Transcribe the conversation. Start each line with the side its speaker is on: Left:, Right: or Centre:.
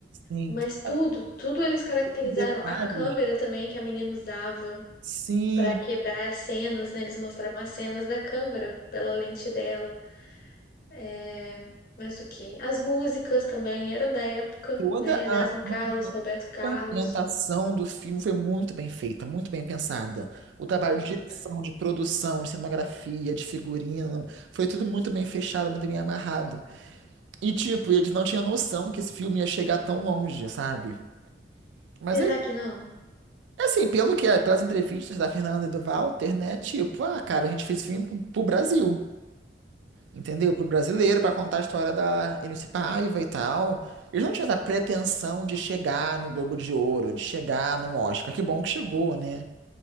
Right: sim,
Left: Mas
Right: tem
Left: tudo, tudo eles caracterizaram.
Right: detalhes.
Left: A câmera também que a menina usava.
Right: Sim,
Left: para quebrar as cenas, né? Eles mostravam as cenas da câmera pela lente dela. É, mas o que? As músicas também eram da época,
Right: toda
Left: né? Erasmo
Right: a
Left: Carlos,
Right: ambientação.
Left: Roberto Carlos.
Right: A ambientação do filme foi muito bem feita, muito bem pensada. O trabalho
Left: Hum.
Right: de direção, de produção, de cenografia, de figurino, foi tudo muito bem fechado, muito bem amarrado. E, tipo, eles não tinham noção que esse filme ia chegar tão longe, sabe? Mas
Left: Será
Right: é
Left: que não?
Right: assim, pelo que é, pelas entrevistas da Fernanda e do Walter, né? Tipo, ah, cara, a gente fez o filme pro, pro Brasil, entendeu? Pro brasileiro, pra contar a história da MC Paiva e tal. Eles não tinham essa pretensão de chegar no Globo de Ouro, de chegar no Oscar. Que bom que chegou, né?